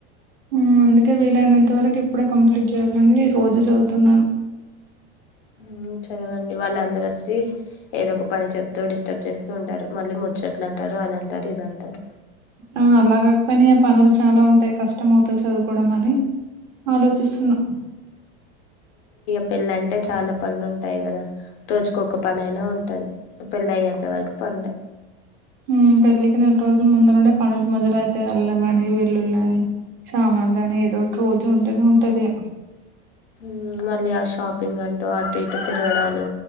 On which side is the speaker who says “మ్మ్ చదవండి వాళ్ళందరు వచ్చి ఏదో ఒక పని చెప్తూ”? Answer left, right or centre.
Left